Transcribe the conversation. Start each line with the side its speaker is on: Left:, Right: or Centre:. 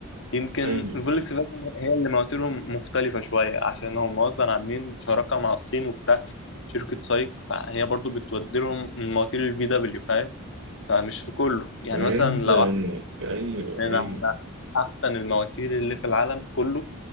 Left: يمكن
Right: ايوه
Left: الفولكس
Right: ايوه
Left: فاجن هي اللي مواتيرهم مختلفة شوية عشان هم أصلا عاملين شراكة مع الصين وبتاع شركة سايك فهي برضو بتودي لهم من مواتير الفي دبليو فاهم فمش في كله يعني
Right: فهمت
Left: مثلا لو
Right: ايوه
Left: عايزين
Right: ايوه
Left: على أحسن المواتير اللي في العالم كله